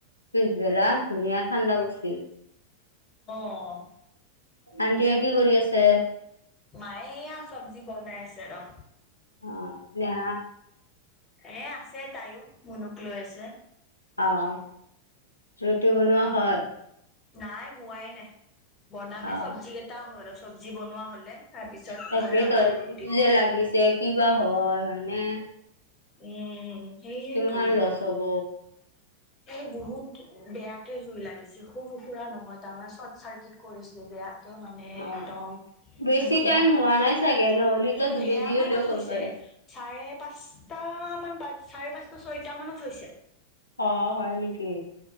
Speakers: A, on the left; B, on the left.
A: পিছবেলা ধুনীয়া ঠাণ্ডা পৰিছিল।
B: অহ
A: আন্টিয়ে কি কৰি আছে।
B: মায়ে এয়া চব্জি বনাই আছে ৰ
A: অ না
B: এ আছে তাইও মোনুক লৈ আছে
A: অহ ৰুতি বনোৱা হ'ল
B: নাই হোৱাই নাই বনামে
A: অ
B: চব্জি কেইটা হ'ল চব্জি বনোৱা হ'লে তাৰ পিছত
A: তাকেই
B: বনাম
A: টো
B: আৰু
A: কিটো
B: ৰুটি
A: যে লাগিছে কিবা হয় হয়নে
B: উম সেইহেতো
A: কিমান লছ হ'ব
B: এই বহুত বেয়াকে জুই লাগিছিল সৰু সুৰা নহয় তামানে চৰ্ট চাৰ্কিট কৰিছে বেয়া মানে
A: অ
B: একদম
A: বেছি
B: ধোঁৱা
A: টাইম হোৱা
B: টো
A: নাই চাগে নহ'লেতো
B: উম
A: দুবেজি
B: সেয়া
A: হ'লেও
B: মানত
A: গম
B: হৈছে
A: পালে
B: চাৰে পাঁচটা মান বা চাৰে পাঁচটা ছয়টা মানত হৈছে
A: অ হয় নিকি